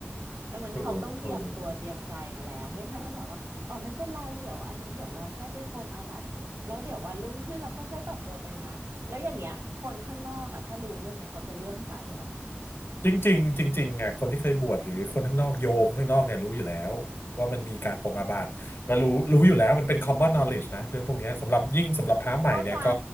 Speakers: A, on the right; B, on the left.
A: ดังนั้นเขาต้องเตรียมตัวเตรียมใจมาแล้วไม่ใช่ว่าแบบว่าอ๋อไม่เป็นไรเดี๋ยวอันนี้เดี๋ยวเราค่อยไปปรงอาบัติแล้วเดี๋ยววันรุ่งขึ้นเราค่อยๆปรับตัวไปนะแล้วอย่างเงี้ยคนข้างนอกอ่ะถ้ารู้เรื่องเนี้ยเขาจะเลื่อมใสเหรอ
B: ถูก ถูก จริงๆจริงๆอ่ะคนที่เคยบวชหรือคนข้างนอกโยมข้างนอกเนี่ยรู้อยู่แล้วว่ามันมีการปรงอาบัติแล้วรู้รู้อยู่แล้วมันเป็น common knowledge นะเรื่องพวกเนี้ยสำหรับยิ่งสำหรับพระใหม่เนี่ยก็
A: เข้าใจ